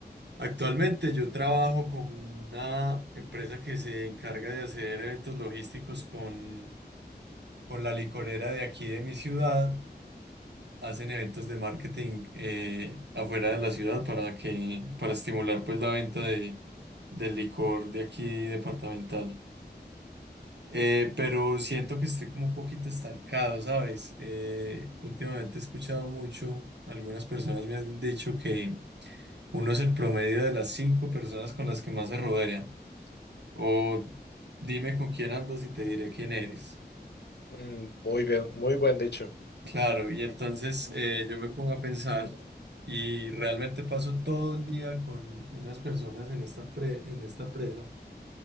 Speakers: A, on the right; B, on the left.
A: Actualmente yo trabajo con una empresa que se encarga de hacer eventos logísticos con, con la licorera de aquí de mi ciudad. hacen eventos de marketing eh, afuera de la ciudad para que, para estimular pues la venta de, del licor de aquí departamental. Eh, pero siento que estoy como un poquito estancado, ¿sabes? Eh, últimamente he escuchado mucho, algunas personas me han dicho que uno es el promedio de las cinco personas con las que más se rodea. O dime con quién andas y te diré quién eres.
B: Mm, muy bien, muy buen dicho.
A: Claro, y entonces eh, yo me pongo a pensar y realmente paso todo el día con unas personas en esta pre- en esta presa